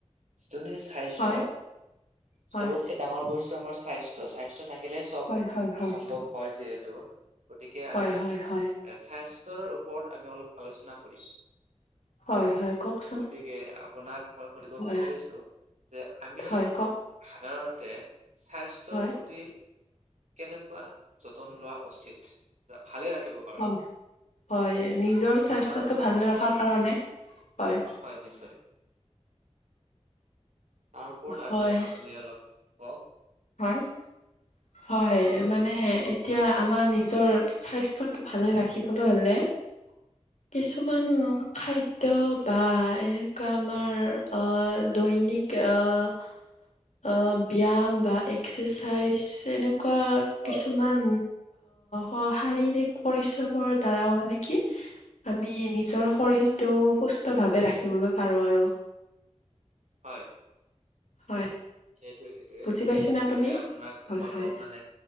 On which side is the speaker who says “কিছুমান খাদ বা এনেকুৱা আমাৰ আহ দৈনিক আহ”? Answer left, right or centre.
Left